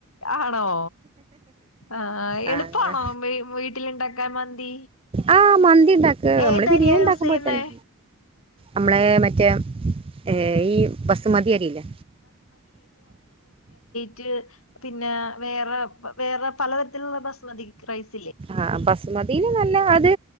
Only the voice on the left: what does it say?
ആണോ? ആഹ്
എളുപ്പാണോ
വീ വീട്ടിലുണ്ടാക്കാൻ മന്തി?
ഏതരിയാ
യൂസെയ്യുന്നേ?
റ്റ് പിന്നെ വേറെ വേറെ പലതരത്തിലുള്ള ബസ്മതിക്ക് റൈസ്